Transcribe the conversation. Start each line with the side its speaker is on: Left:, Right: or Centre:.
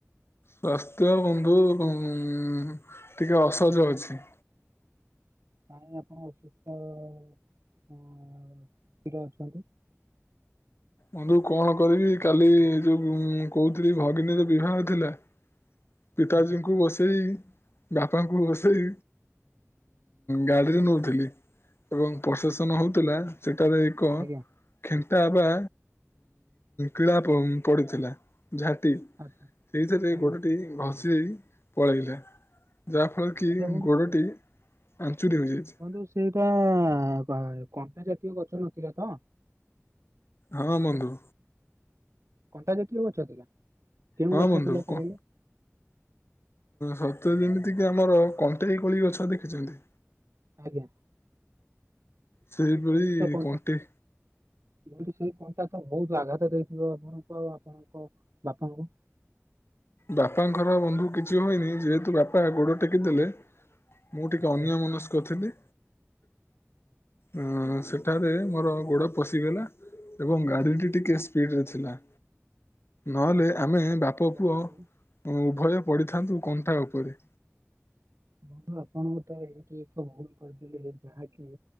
Left: ସ୍ୱାସ୍ଥ୍ୟ ବନ୍ଧୁ ଟିକେ ଅସଜ ଅଛି।
Right: <unintelligible> ଅ ଟିକେ ଅଛନ୍ତି
Left: ବନ୍ଧୁ କଣ କହିବି। କାଲି ଯୋଉ କହୁଥିଲି ଭଗିନୀର ବିବାହ ଥିଲା ପିତାଜୀଙ୍କୁ
Right: ଆଚ୍ଛା
Left: ବସେଇ। ବାପାଙ୍କୁ ବସେଇ ଗାଡିରେ ନଉଥିଲି। ଏବଂ ପ୍ରସେସନ ହଉଥିଲା ସେଠାରେ ଏକ
Right: ଆଜ୍ଞା
Left: ଖେଣ୍ଟା ବା କୀଳା ପଡିଥିଲା ଝାଟି। ସେଇଥିରେ
Right: ଆଚ୍ଛା ଆଜ୍ଞା
Left: ଗୋଡ ଟି ଘସି ହେଇ ପଳେଇଲା। ଯାହାଫଳରେ କି
Right: ଆଚ୍ଛା
Left: ଗୋଡଟି ଆଞ୍ଚୁଡ଼ି ହୋଇଯାଇଛି।
Right: କିନ୍ତୁ ସେଇଟା ଏ କଣ୍ଟା ଜାତୀୟ ଗଛ ନଥିଲା ତ?
Left: ହଁ ବନ୍ଧୁ।
Right: କଣ୍ଟା ଜାତୀୟ ଗଛ ଥିଲା। କେଉଁ
Left: ହଁ
Right: ଗଛ
Left: ବନ୍ଧୁ
Right: ଥିଲା
Left: କଣ
Right: କହିଲେ?
Left: ସତେ ଯେମିତି କି ଆମର କଣ୍ଟେଇ କୋଳି ଗଛ ଦେଖିଛନ୍ତି?
Right: ଆଜ୍ଞା,
Left: ସେଇଭଳି
Right: <unintelligible> କଣ୍ଟା।
Left: କଣ୍ଟେଇ
Right: ବନ୍ଧୁ ସେଇ କଣ୍ଟା ତ ବହୁତ ଆଘାତ ଦେଇଥିବ ଆପଣଙ୍କୁ ଆଉ ଆପଣଙ୍କ ବାପାଙ୍କୁ?
Left: ବାପାଙ୍କର ବନ୍ଧୁ କିଛି ହୋଇନି। ଯେହେତୁ ବାପା ଗୋଡ ଟେକି ଦେଲେ। ମୁଁ ଟିକେ ଅନ୍ୟମନସ୍କ
Right: ଆଜ୍ଞା।
Left: ଥିଲି। ଏ ସେଠାରେ ମୋର ଗୋଡ଼ ପଶିଗଲା। ଏବଂ ଗାଡିଟି ଟିକେ ସ୍ପିଡ୍ ରେ ଥିଲା। ନହେଲେ
Right: ଆଚ୍ଛା
Left: ଆମେ ବାପ
Right: ବନ୍ଧୁ
Left: ପୁଅ ଉଭୟ ପଢିଥାନ୍ତୁ କଣ୍ଟା ଉପରେ।
Right: ବନ୍ଧୁ ଆପଣଙ୍କୁ ତ ଏଇଠି ଏକ ଭୁଲ୍ କରିଦେଲେ ଯାହାକି